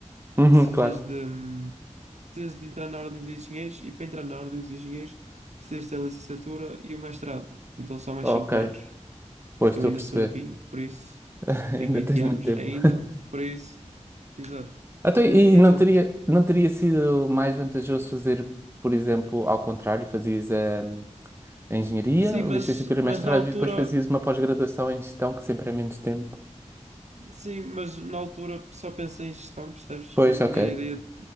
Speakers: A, on the right (about 20°); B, on the right (about 65°).
A: Uhum,
B: precisas
A: claro.
B: de, hum, precisas de entrar na ordem dos engenheiros e para entrar na ordem dos engenheiros precisas ter a licenciatura e o mestrado. Então são mais
A: Ok.
B: cinco anos.
A: Pois
B: Eu
A: estou
B: ainda
A: a perceber.
B: sou novinho, por isso
A: <laughs> Ainda
B: Tenho 20
A: tens
B: anos
A: muito tempo.
B: ainda, por isso. Exato.
A: Até, e
B: E
A: não
B: tu?
A: teria, não teria sido mais vantajoso fazer, por exemplo, ao contrário, fazias hum, a, engenharia,
B: Sim,
A: licenciatura,
B: mas,
A: mestrado
B: mas na altura,
A: e depois fazias uma pós-graduação em gestão, que sempre é menos tempo.
B: sim, mas na altura só pensei em gestão, percebes?
A: Pois,
B: Não tinha
A: ok.
B: ideia,